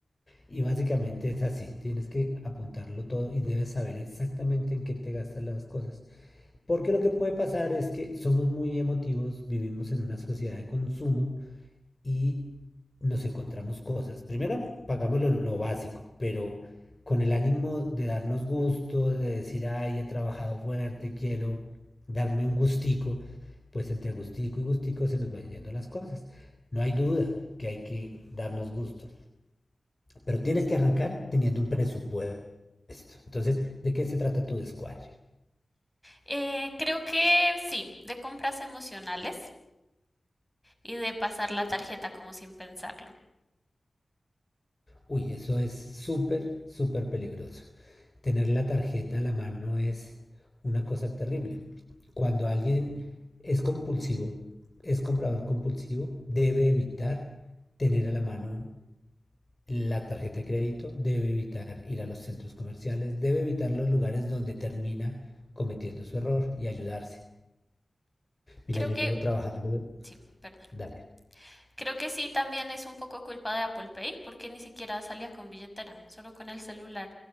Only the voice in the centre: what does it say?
Eh, creo que sí, de compras emocionales y de pasar la tarjeta como sin pensarlo.
Creo
que
sí, perdón.
Creo que sí, también es un poco culpa de Apple Pay, porque ni siquiera salía con billetera, solo con el celular.